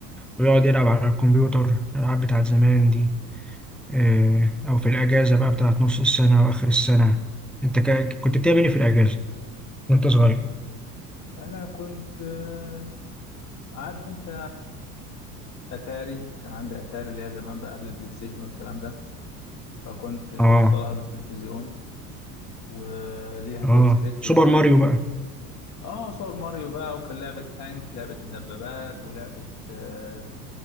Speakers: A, in the centre; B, on the left.
A: ويقعد يلعب على الكمبيوتر الالعاب بتاعت زمان دي آه، او في الاجازه بقى بتاعت نص السنه واخر السنه انت كا- كنت بتعمل ايه في الاجازه وانت صغير
B: انا كنت آه، عارف انت اتاري كان عندي اتاري اللي هي زمان بقى قبل البلاي ستيشن والكلام ده فكنت بوصلها
A: اه
B: بالتلفزيون وليها
A: اه
B: جويستيك كده
A: سوبر ماريو بقى
B: اه صور ماريو بقى وكان لعبة تانك لعبة الدبابات ولعبة آه،